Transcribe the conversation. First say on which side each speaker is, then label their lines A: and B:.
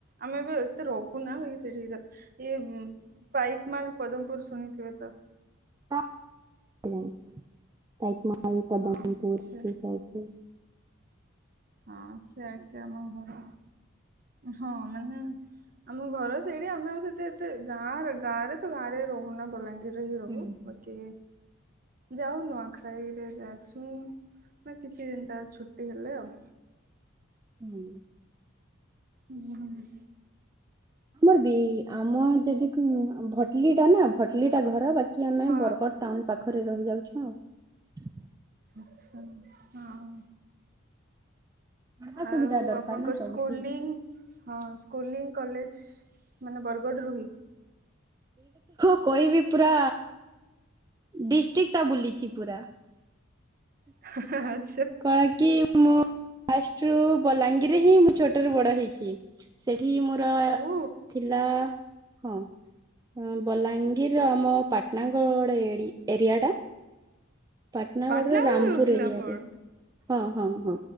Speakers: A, on the right; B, on the right.
A: ଆମେ ଏବେ ଏତେ ରହୁନା ବାକି ସେଠିକୁ ଯାଉ ଇଏ ପାଇକ୍ ମାଲ ପଦମପୁର ଶୁଣିଥିବେ ତ?
B: ହଁ ଉଁ। ପାଇକ୍ ମାଲ ପଦାମପୁର
A: ହଁ ସେ
B: ସେଇ ସାଇଟ୍ ରେ।
A: ହଁ ସିଆଡେ ଆମ ଘର ହଁ ମାନେ ଆମ ଘର ସେଇଠି ଆମେ ଆଉ ସେତେ ଏତେ ଗାଁ ଗାଁରେ ତ ଗାଁରେ ରହୁନା ବଲାଙ୍ଗି ବଲାଙ୍ଗିର୍ ରେ ହି ରହୁ
B: ହୁଁ ହୁଁ।
A: ବାକି ଯାଉ ନୂଆଖାଇରେ ଯାଇସ୍ ମି କିଛି ଦିନ ତାର ଛୁଟି ହେଲେ ଆଉ
B: ହୁଁ।
A: ହୁଁ।
B: ଆମର ବି ଆମ ଯଦି ଭଟଲି ଟା ନା ଭଟଲିଟା ଘର ବାକି କି ଆମେ
A: ହଁ
B: ବରଗଡ଼ ଟାଉନ ପାଖରେ ରହିଯାଉଛୁ ଆଉ।
A: ଆଚ୍ଛା ହଁ।
B: ଯାହା
A: ଆଉ
B: ସୁବିଧା ଦରକାର
A: ଆପଣଙ୍କର
B: ନା
A: ସ୍କୁଲିଂ
B: ସବୁଠି।
A: ହଁ ସ୍କୁଂଲି କଲେଜ ମାନେ ବରଗଡ଼ରୁହି
B: କୋଇ ବି ପୁରା ଡିଷ୍ଟ୍ରିକ୍ଟ ଟା ବୁଲିଛି ପୁରା।
A: <inaudible>
B: କଣ କି ମୁଁ ଫାଷ୍ଟ ରୁ ବଲାଙ୍ଗୀରରେ ହିଁ ମୁଁ ଛୋଟ ରୁ ବଡ ହେଇଛି। ସେଠି ମୋର
A: ଓ
B: ଥିଲା ହଁ। ହଁ ବଲାଙ୍ଗୀର ଆମ ପାଟଣାଗଡ଼ ଏଡ଼ି ଏରିଆ ଟା। ପାଟନାଗଡ଼
A: ପାଟନାଗଡ଼ରେ
B: ର ରାମପୁର
A: ରହୁଥିଲେ
B: ଏରିଆ
A: ଆପଣ?
B: ରେ ହଁ ହଁ ହଁ